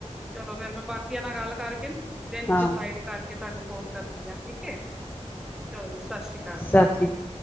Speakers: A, in the centre; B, on the left.
A: ਚਲੋ ਫੇਰ ਮੈਂ ਬਾਕੀਆਂ ਨਾਲ ਗੱਲ ਕਰਕੇ ਨਾ ਦਿਨ
B: ਹਾਂ
A: ਡਿਸਾਈਡ ਕਰਕੇ ਤੁਹਾਨੂੰ ਫੋਨ ਕਰਨੀ ਆ ਠੀਕ ਹੈ ਚਲੋ ਜੀ ਸਤਿ ਸ੍ਰੀ ਅਕਾਲ
B: ਸਤਿ
A: ਜੀ
B: ਸ਼੍ਰੀ ਅਕਾਲ।